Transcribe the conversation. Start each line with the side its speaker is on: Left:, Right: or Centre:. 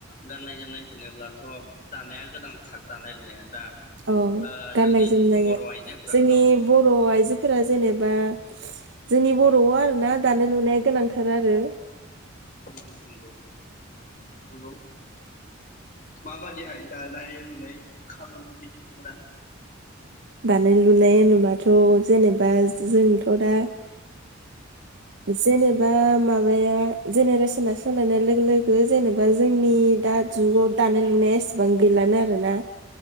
Left: गाननाय जोमनाय होनोब्लाथ' दानाया गोनांथार दानाय लुनाया दा।
Right: औ
Left: ओ
Right: गाननाय
Left: जोंनि
Right: जोमनाया
Left: बर' आइजोफोरा
Right: जोंनि
Left: औ औ
Right: बर
Left: औ
Right: आइजोफोरा जेनेबा। जोंनि बर'आ आरोना दानाय लुनाया गोनांथार आरो।
Left: नोंगौ नंगौ। माबादिहाय दानाय लुनाय खामो बित मोना।
Right: दानाय लुनाय होनोबाथ' जेनेबा जोंथ' दा। जेनेबा ओम। माबाया जेनेरेसना सोलायनाय लोगो लोगो जेनेबा जोंनि दा जुगाव दानाय लुनाया एसेबां गैलानो आरोना।